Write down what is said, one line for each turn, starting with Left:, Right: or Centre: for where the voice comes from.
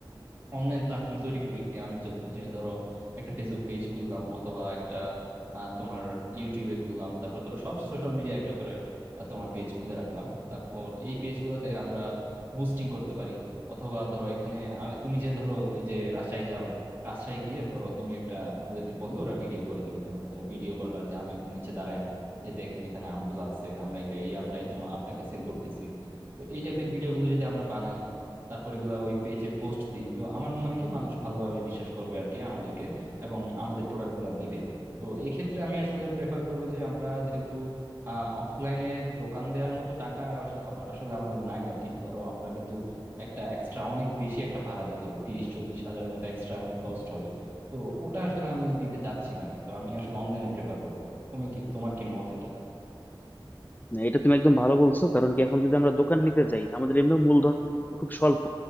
Right: অনলাইন প্ল্যাটফর্ম তৈরি করি ব্যায়ামের জন্য যে ধরো একটা ফেসবুক পেজ খুললাম অথবা একটা আহ, তোমার ইউটিউবে খুললাম তারপর ধরো সব সোশ্যাল মিডিয়া একটা করে আহ, তোমার পেজ খুলে রাখলাম তারপর এই পেজগুলোতে আমরা বুস্টিং করতে পারি অথবা ধরো এখানে আমি- তুমি যে ধরো এই যে রাজশাহী যাবা রাজশাহী গিয়ে ধরো তুমি একটা ওদেরকে বললে ওরা ভিডিও করে দিবে তোমাকে ধরো ভিডিও করলা যে আমি নিচে দাঁড়ায় যে দেখেন এখানে আমগুলো আছে আমরা এই এই আমটাই তোমার আপনাকে সেল করতেছি তো এই টাইপের ভিডিওগুলো যদি আমরা বানাই তারপর এগুলা ওই পেজে পোস্ট দিই তো আমার মনে হয় কি মানুষ ভালোভাবে বিশ্বাস করবে আর কি আমাদেরকে এবং আমাদের প্রোডাক্ট গুলা নিবে তো এই ক্ষেত্রে আমি আসলে প্রেফার করবো যে আমরা যেহেতু অফলাইনে দোকান দেওয়ার মতো টাকা আস- আপ- আসলে আমাদের নাই আর কি ধরো আমরা কিন্তু একটা এক্সট্রা অনেক বেশি একটা ভাড়া দিতে হবে তিরিশ চল্লিশ হাজারের মতো এক্সট্রা আমাদের কস্ট হবে তো ওটা আসলে আমি দিতে চাচ্ছি না আর কি তো আমি আসলে অনলাইনে প্রেফার করবো তুমি কি তোমার কি মত এটাতে
Left: না, এটা তুমি একদম ভালো বলছো কারণ কি এখন যদি আমরা দোকান নিতে যাই আমাদের এমনি মূলধন খুব স্বল্প